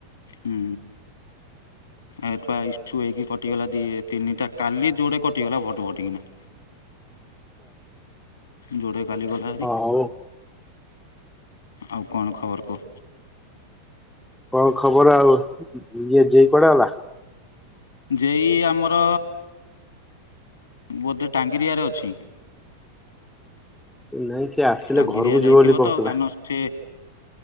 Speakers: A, on the left (about 70°); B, in the centre.
A: ହୁଁ। ଏଟ ଇସୁ ହେଇକି କଟିଗଲା ଦି ତିନିଟା କାଲି ଯୋଉଡେ କଟିଗଲା ଭୋଟ ଭୋଟିକିନା।
B: ହ
A: ଯୋଡେ କାଲି ଗଲା ହେରିି।
B: ହଉ
A: ଆଉ କଣ ଖବର କୁଅ।
B: କଣ ଖବର ଆଉ ଇଏ ଯେଇ କୁଆଡେ ଗଲା?
A: ଜେଇ ଆମର। ବୋଧେ ଟାଙ୍ଗିରିଆରେ ଅଛି।
B: ନାଇଁ ସେ ଆସିଲେ
A: ଟାଙ୍ଗିରିଆ
B: ଘରକୁ
A: ଯାଇଥିବ
B: ଯିବ ବୋଲି କହୁଥିଲା।
A: ତ କାରଣ ସେ